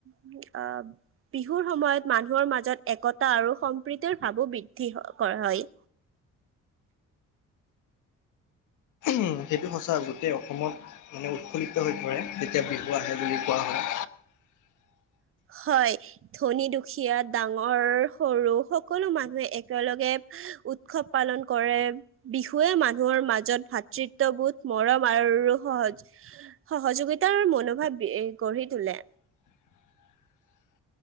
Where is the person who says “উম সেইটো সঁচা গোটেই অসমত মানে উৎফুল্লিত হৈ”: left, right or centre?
Left